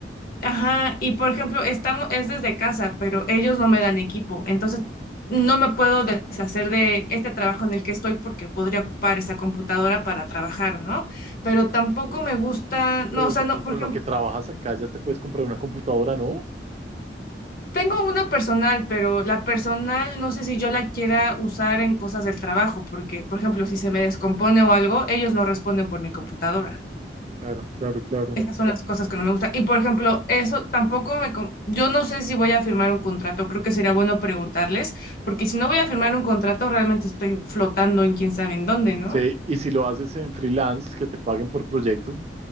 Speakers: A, on the left; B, on the right.
A: Ajá, y por ejemplo, estamos, es desde casa, pero ellos no me dan equipo, entonces no me puedo deshacer de este trabajo en el que estoy porque podría ocupar esa computadora para trabajar, ¿no? Pero tampoco
B: Eh,
A: me gusta, no,
B: Pero
A: o sea,
B: ya,
A: no,
B: y
A: por
B: con
A: ejemplo,
B: lo que trabajas acá ya te puedes comprar una computadora, ¿no?
A: tengo una personal, pero la personal no sé si yo la quiera usar en cosas del trabajo, porque, por ejemplo, si se me descompone o algo, ellos no responden por mi computadora.
B: Claro, claro, claro.
A: Esas son las cosas que no me gustan. Y por ejemplo, eso tampoco me... con- Yo no sé si voy a firmar un contrato, creo que sería bueno preguntarles, porque si no voy a firmar un contrato, realmente estoy flotando en quién sabe en dónde, ¿no?
B: Sí, y si lo haces en freelance, que te paguen por proyecto,